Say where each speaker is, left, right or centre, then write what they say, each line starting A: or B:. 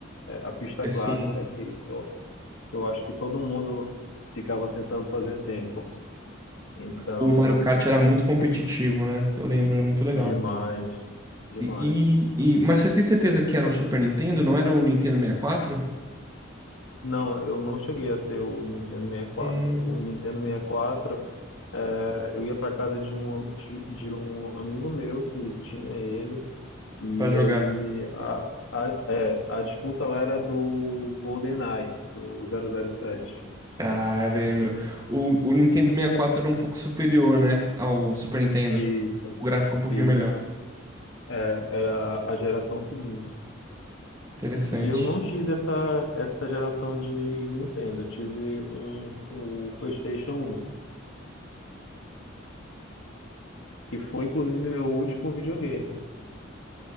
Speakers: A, on the left; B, on the right.
A: é a pista
B: Assim,
A: clássica, que eu, eu acho que todo mundo ficava tentando fazer tempo. Então,
B: o Mario Kart era muito competitivo, né? Eu lembro, era muito legal.
A: demais, demais.
B: E, e, e- mas você tem certeza que era o Super Nintendo, não era o Nintendo 64?
A: Não, eu não cheguei a ter o Nintendo 64.
B: Hum,
A: O Nintendo 64, eh, eu ia para casa de um, de de um amigo meu que tinha ele. E
B: pra jogar.
A: aí ele a, a, é, a disputa lá era do GoldenEye, do 007.
B: Ah, eu lembro. O, o Nintendo 64 era um pouco superior, né? Ao Super Nintendo.
A: Isso,
B: O gráfico um pouquinho
A: isso.
B: melhor.
A: É, era a geração seguinte.
B: Interessante.
A: E eu não tive essa essa geração de Nintendo, eu tive um o PlayStation 1, que foi inclusive meu último videogame.